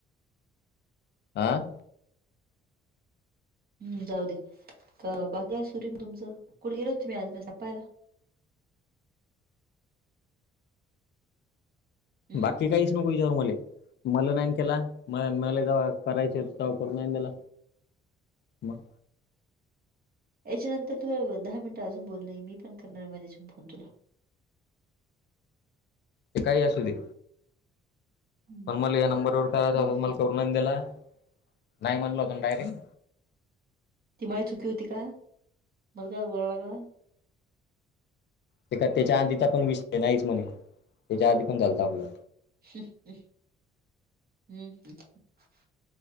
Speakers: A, on the left; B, on the right.
A: आं
B: हम्म जाऊ दे तर बाकी असुरीम तुमचं कुठे गेलो तुम्ही आज मी सापायला. हम्म
A: बाकी काहीच नको हिज्यावर मले. मला नाहीन केला म मला जेव्हा करायचे तेव्हा करून नाहीन दिला. म
B: याच्यानंतर तुला दहा मिनिटं अजून बोलनही मी पण करणार आहे माझ्याच्या फोन तुला.
A: ते काही असू दे.
B: हं.
A: पण मला या नंबरवर करायचा
B: हं.
A: होता मला करून नाहींन दिला नाही म्हटला होता डायरेक्.
B: ती माय चुकी होती का मला काय बोला लागयला.
A: ते का त्याच्या आधीचा पण विषय नाहीच म्हणे त्याच्या आधी पण झालता आपलं.
B: <unintelligible>